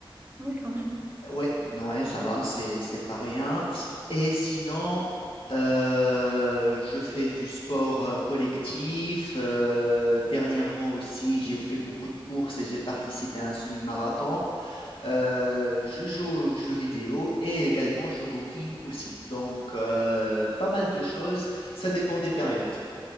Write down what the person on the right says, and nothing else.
Oui, quand même.